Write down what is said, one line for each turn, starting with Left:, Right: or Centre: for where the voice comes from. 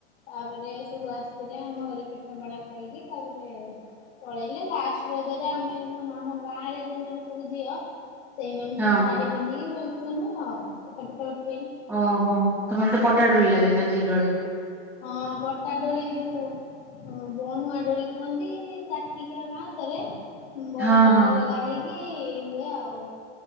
Left: ତାପରେ ସବୁ ଆସିଥିଲେ ଆମ ଘରେ ପିଠାପଣା ଖାଇକି ତାପରେ ପଳେଇଲେ ଲାଷ୍ଟ ରଜରେ ଆମେ ଆମ ଗାଁରେ ଯୋଉମାନେ ସବୁ ଝିଅ ସେଇମାନେ
Centre: ହଁ
Left: ସବୁ ଶାଢୀ ପିନ୍ଧିକି ବୁଲୁଥୁନୁ ଆଉ ଫଟ ଫଟ ଉଠ
Centre: ଓହୋ ତମର ହେଇଠି ପଟା ଦୋଳି ଲାଗେ ନା କି ଡୋଳି?
Left: ହଁ ପଟା ଦୋଳି ଯୋଉ ହଁ ବଣୁଆ ଦୋଳି କୁହନ୍ତି ଚାରିଟିକିଆ ବାଁଶ ରେ ବଡ
Centre: ହଁ
Left: ପଟା
Centre: ହଁ
Left: ଲଗା ହେଇକି ହୁଏ ଆଉ।